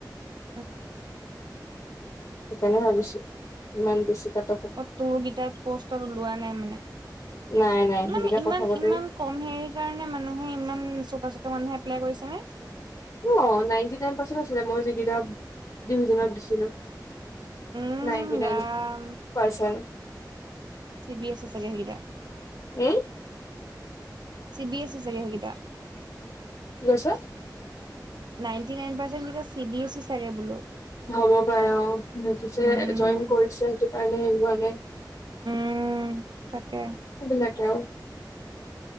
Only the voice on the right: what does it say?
উম
অ তোৰ গেইটাত পষ্টত ওলোৱা নাই মানে,
ইমান-ইমান-ইমান
কম হেৰিৰ কাৰণে মানুহে ইমান চোকা-চোকা মানুহে এপ্লাই কৰিছে নে?
উম
Ram
C B এ ছি চাগে সেইগেইটা।
চি বিএছ ই চাগে সেইগেইটা।
নাইটি নাইন পাৰ্চেন গিতা চি বিএছ ই চাগে বোলো।
উম
উম' তাকে।